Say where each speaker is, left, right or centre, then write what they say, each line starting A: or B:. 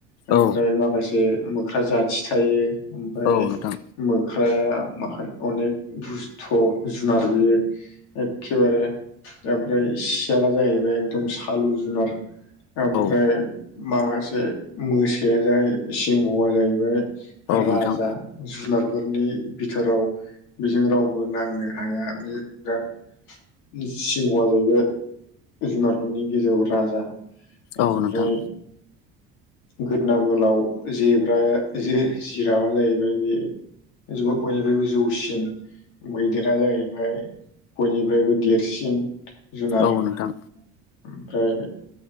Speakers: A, on the left; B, on the left.
A: ओमफ्राय
B: औ
A: माखासे मोख्रा जाथि थायो ओमफ्राय
B: औ नोंथां
A: मो ख्राया माख अनेक दुस्थ' जुनार बियो एखेबारे ओमफ्राय सियाला जाहैबाय एकदम सालु जुनार ओमफ्राय
B: औ
A: माखासे मोसाया जाहै सिंहआ जाहैबाय राजा
B: नोंथां
A: जुनार फोरनि भिथोराव बेजों रावबो नांनो हाया बे बिराद सिंहआ जाहैबाय जुनारफोरनि गेजेराव राजा बेनिफ्राय
B: औ नोंथां
A: गोदना गोलाव जेब्राया जे जिराबा जाहैबाय बे जौ बयनिख्रुइबो जौसिन मैदेरा जाहैबाय बयनिफ्रायबो देरसिन जुनार
B: औ
A: ओमफ्राय
B: नोंथां